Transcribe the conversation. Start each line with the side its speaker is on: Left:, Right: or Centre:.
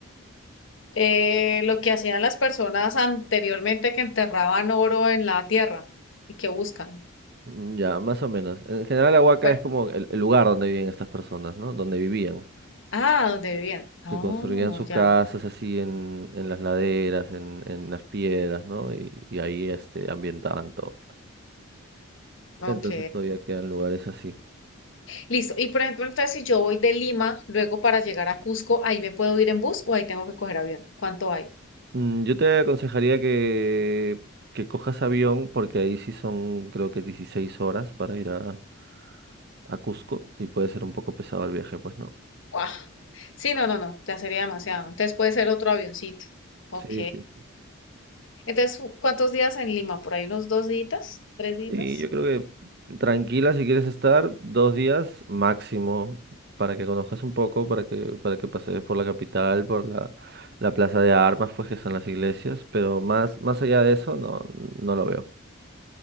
Left: Eh, lo que hacían las personas anteriormente que enterraban oro en la tierra y que buscan.
Right: Mm, Ya, más o menos. En general, la Huaca
Left: Bueno,
Right: es como el, el lugar donde viven estas personas, ¿no? Donde vivían,
Left: ah, ¿dónde vivían? Oh,
Right: que construían sus
Left: ya.
Right: casas así en, en las laderas, en, en las piedras, ¿no? Y, y ahí este, ambientaban todo.
Left: Ok.
Right: Entonces todavía quedan lugares así.
Left: Listo. Y por ejemplo, entonces si yo voy de Lima, luego para llegar a Cusco, ¿ahí me puedo ir en bus o ahí tengo que coger avión? ¿Cuánto hay?
Right: Mm, Yo te aconsejaría que, que cojas avión, porque ahí sí son, creo que 16 horas para ir a, a Cusco y puede ser un poco pesado el viaje, pues, ¿no?
Left: ¡Guau! Sí, no, no, no, ya sería demasiado. Entonces puede ser otro avioncito. Ok.
Right: Sí, sí.
Left: Entonces, ¿cuántos días en Lima? Por ahí unos dos días, tres días.
Right: Sí, yo creo que tranquila si quieres estar dos días máximo para que conozcas un poco, para que, para que pasees por la capital, por la, la plaza de armas, pues que son las iglesias, pero más, más allá de eso no, no lo veo.